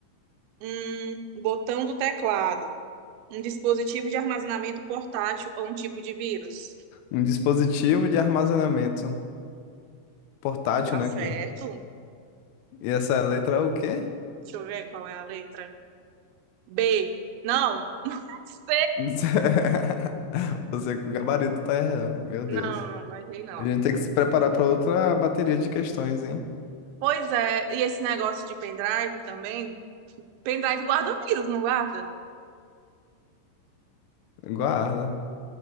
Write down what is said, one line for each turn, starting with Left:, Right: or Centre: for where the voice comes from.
Right: Um botão do teclado. Um dispositivo de armazenamento portátil ou um tipo de vírus.
Left: Um dispositivo de armazenamento portátil,
Right: Tá
Left: né?
Right: certo?
Left: Que? E essa letra é o quê?
Right: Deixa eu ver qual é a letra. B. Não. C.
Left: <laughs> Você com o gabarito tá errando, meu Deus.
Right: Não, não, não errei não.
Left: A gente tem que se preparar pra outra bateria de questões, hein?
Right: Pois é, e esse negócio de pendrive também? Pendrive guarda vírus, não guarda?
Left: Guarda.